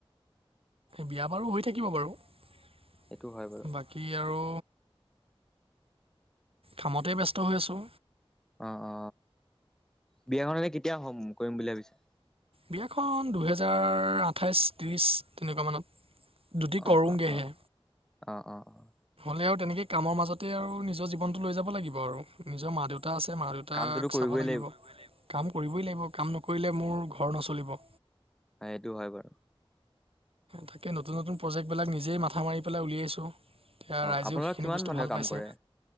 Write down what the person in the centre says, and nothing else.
সেইটো হয় বাৰু
অ অ বিয়াখননে কেতিয়া হম কৰিম বুলি ভাবিছে
অ
অ অ অ অ অ
কামটোতো কৰিবই
এইেইটো হয় বাৰু
অ
আপোনালোক
কিমান
মানুহে
কাম
কৰে